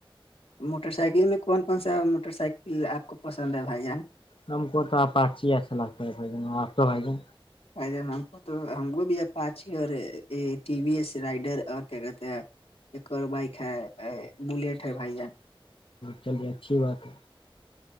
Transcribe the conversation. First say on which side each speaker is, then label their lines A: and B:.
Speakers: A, on the left (about 85°); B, on the left (about 65°).
A: موٹر سائیکل میں کون کون سا موٹر سائیکل آپ کو پسند ہے بھائی جان
B: ہم کو تو آپ پچ ہی اچھا لگتا ہے بھائی ج آپ کا بھائی جان
A: ج ہم کو تو ہم کو بھی پانچ ہی اور ٹی وی ایس رائڈر اور کیا کہتے ہیں ایک اور بائک ہے بلیٹ ہے بھائی جان
B: چلیے اچھی بات ہے